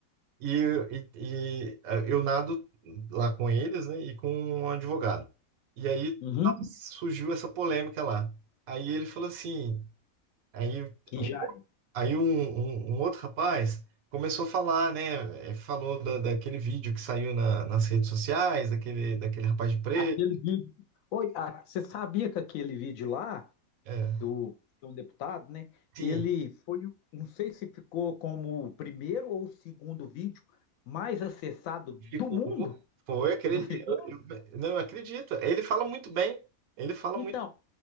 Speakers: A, on the right (about 75°); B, on the left (about 75°).
A: E, e, e ah, eu nado lá com eles, né? E com um advogado. E aí
B: Uhum.
A: tava- surgiu essa polêmica lá. Aí ele falou assim, aí
B: Que já
A: Aí um, um- um outro rapaz começou a falar, né? eh, Falou da, daquele vídeo que saiu na- nas redes sociais, daquele, daquele rapaz de preto.
B: Aquele vídeo. Oi, a- você sabia que aquele vídeo lá
A: É,
B: do de um deputado, né?
A: sim,
B: Ele foi, o- não sei se ficou como o primeiro ou o segundo vídeo mais acessado do
A: ficou.
B: mundo,
A: Foi, acredito.
B: não ficou?
A: Eu, eu- não, eu acredito. Ele fala muito bem. Ele fala
B: Então,
A: muito